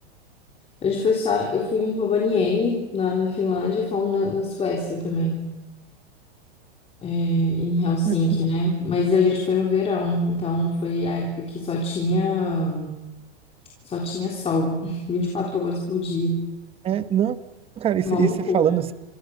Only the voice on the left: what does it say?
a gente foi só, eu fui em Rovaniemi, na, na Finlândia, e fomos na, na Suécia também, é, em Helsinki,
né? Mas a gente foi no verão, então foi a época que só tinha, só tinha sol, <laughs> 24 horas por dia,
uma loucura.